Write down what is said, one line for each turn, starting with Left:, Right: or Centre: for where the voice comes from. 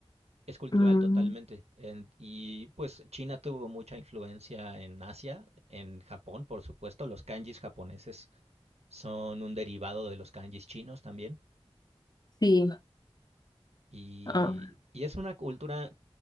Right: es cultural
Left: Mm,
Right: totalmente. En- y pues China tuvo mucha influencia en Asia, en Japón, por supuesto. Los kanjis japoneses son un derivado de los kanjis chinos también.
Left: sí,
Right: Y,
Left: ah,
Right: y es una cultura